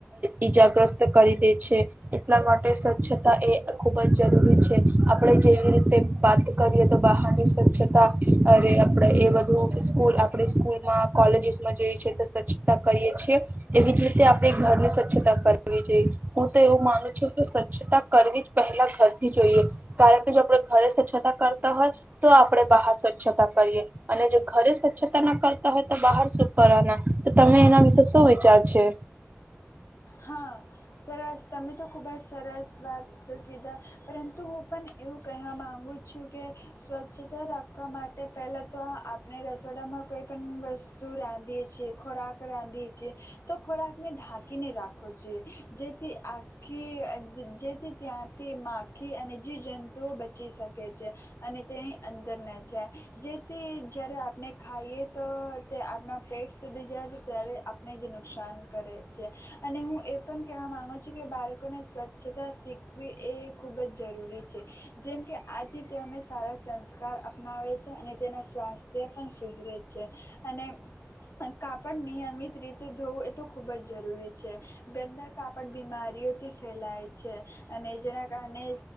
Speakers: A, on the right; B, on the left.
A: ઈજાગ્રસ્ત કરી દે છે, એટલા માટે સ્વચ્છતા એ ખુબ જ જરૂરી છે. આપણે જેવી રીતે વાત કરીએ તો બહાર ની સ્વચ્છતા. અરે આપ એ બધું સ્કૂલ આપણે સ્કૂલમાં, કોલેજીસમાં જોઈ તો સ્વચ્છતા કરીએ છી એવી જ રીતે આપણે ઘરની સ્વચ્છતા કરવી જોઈએ. હું તો એવું માનું છું કે સ્વચ્છતા કરવી જ પહેલા ઘરથી જોઈએ કારણ કે જો આપણે ઘરે સ્વચ્છતા કરતા હોય તો આપણે બહાર સ્વચ્છતા કરીએ અને જો ઘરે સ્વચ્છતા ના કરતા હોય તો બહાર શું કરવાના તમે એના વિશે શું વિચાર છે.
B: હા સરસ તમે તો ખૂબ જ સરસ વાત કીધા, પરંતુ હું પણ એવું કહેવા માગું છું કે સ્વચ્છતા રાખવા માટે પહેલાં તો આપણે રસોડામાં કોઈ પણણ વસ્તુ રાંધીએ છીએ ખોરાક રાંધીએ છીએ તો ખોરાકને ઢાંકીને રાખ રાખવો જો જેથી આખી જેથી ત્યાંથી માખી અને જીવજંતુઓ બચી શકે છે, અને તેની અંદર ના જાય જેથી જ્યારે આપણે ખાઈએ તો તે આપણા પેટ સુધી જાય તો ત્યારે આપણે જ નુકસાન કરે છે. અને હું એ પણ કહેવા માગું છું, કે બાળકોને સ્વચ્છતા શીખવી એ ખૂબ જ જરૂરી છે, જેમ કે આથી તેને સારા સંસ્કાર અપનાવે છે, અને તેનાં સ્વાસ્થ્ય પણ સુધરે છે અને કાપડ નિયમિત રીતે ધોવું એ તો ખૂબ જ જરૂરી છે. છે ગંદા કાપડ બીમારીઓથી ફેલાય છે અને જેના કારણે